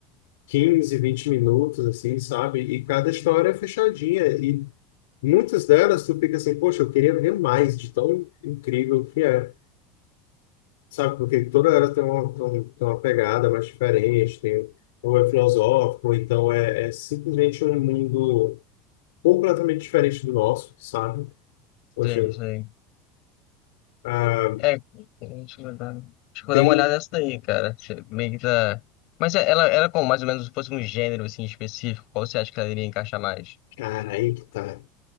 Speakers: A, on the left (about 80°); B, on the left (about 65°).
A: 15, 20 minutos, assim, sabe? E cada história é fechadinha. E muitas delas tu fica assim, poxa, eu queria ver mais de tão incrível que é. Sabe, porque toda era tem uma, tem um- tem uma pegada mais diferente, tem, ou é filosófico, ou então é, é simplesmente um mundo completamente diferente do nosso, sabe? Poxa,
B: Sei, sei.
A: ah,
B: É, deixa eu dar, deixa eu
A: tem.
B: dar uma olhada nessa daí, cara. Você Meio que tá. Mas ela, ela é como mais ou menos se fosse um gênero assim específico, qual você acha que ela iria encaixar mais?
A: Cara, aí que tá.